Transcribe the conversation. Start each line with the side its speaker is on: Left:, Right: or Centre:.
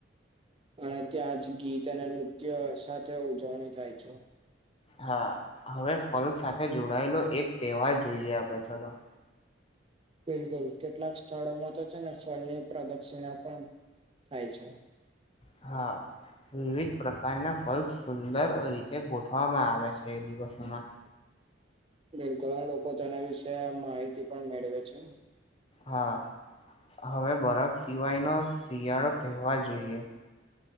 Right: અને ત્યાં જ ગીત અને નૃત્ય સાથે ઉજવણી થાય છે.
Left: હા હવે ફલ સાથે જોડાયેલો એક તહેવાર જોઈએ આપડે ચલો.
Right: બિલકુલ કેટલાક સ્થળોમાં તો છે ને ફળની પ્રદક્ષિણા પણ થાય છે.
Left: હા. વિવિધ પ્રકારના ફલ સુંદર રીતે ગોઠવામાં આવે છે દિવસોમાં.
Right: બિલકુલમ આ લોકો તેના વિશે આ માહિતી પણ મેળવે છે.
Left: હા હવે બરફ સિવાયનો શિયાળો તહેવાર જોઈએ.